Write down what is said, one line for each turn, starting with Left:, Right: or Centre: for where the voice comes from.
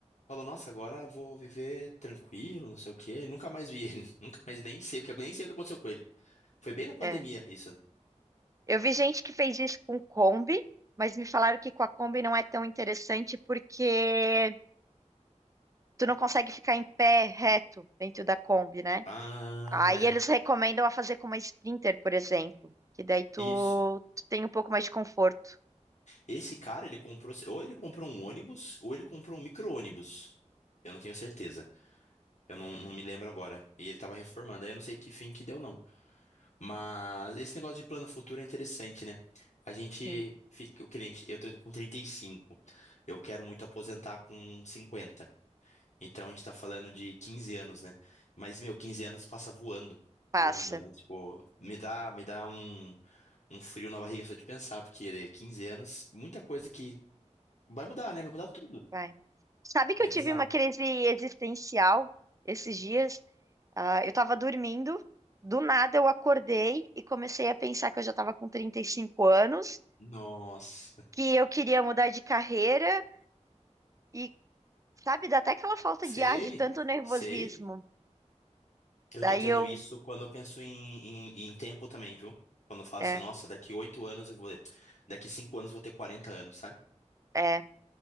Left: Falou, nossa, agora eu vou viver tranquilo, não sei o quê. Nunca mais vi ele. <laughs> Nunca mais nem sei o que, nem sei o que aconteceu com ele. Foi bem na pandemia,
Right: é.
Left: isso.
Right: Eu vi gente que fez isso com Kombi, mas me falaram que com a Kombi não é tão interessante porque tu não consegue ficar em pé reto dentro da Kombi, né?
Left: Ah,
Right: Aí
Left: é.
Right: eles recomendam a fazer com uma Sprinter, por exemplo, que daí tu,
Left: Isso.
Right: tu tem um pouco mais de conforto.
Left: Esse cara, ele comprou, ou ele comprou um ônibus, ou ele comprou um micro-ônibus. Eu não tenho certeza. Eu não, não me lembro agora. E ele tava reformando, aí eu não sei que fim que deu, não. Mas esse negócio de plano futuro é interessante, né? A gente
Right: Sim,
Left: fica, o cliente, eu tô com 35. Eu quero muito aposentar com 50. Então a gente tá falando de 15 anos, né? Mas, meu, 15 anos passa voando,
Right: passa.
Left: voando, né? Tipo, me dá, me dá um, um frio na barriga só de pensar, porque é 15 anos, muita coisa que vai mudar, né? Vai mudar tudo.
Right: Vai. Sabe que
Left: É
Right: eu tive
Left: bizarro.
Right: uma crise existencial esses dias? Ah, eu tava dormindo, do nada eu acordei e comecei a pensar que eu já tava com 35 anos,
Left: Nossa,
Right: que eu queria mudar de carreira e, sabe, dá até aquela falta
Left: sei,
Right: de ar de tanto nervosismo.
Left: sei. Eu
Right: Daí
Left: tô tendo
Right: eu,
Left: isso quando eu penso em, em, em tempo também, viu? Quando eu falo
Right: é,
Left: assim, nossa, daqui oito anos eu vou. Daqui cinco anos eu vou ter 40 anos, sabe?
Right: é.